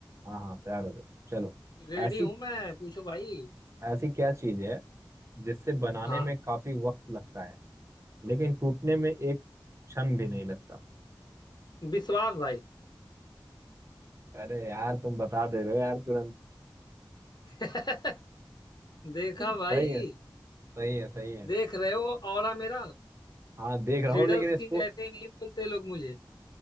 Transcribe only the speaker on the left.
रेडी
हूँ मैं पूछो भाई
हाँ
विश्वास भाई
<laughs>
देखा
भाई
देख रहे हो ऑरा मेरा
रिडल्स
किंग ऐसे ही नहीं बोलते लोग मुझे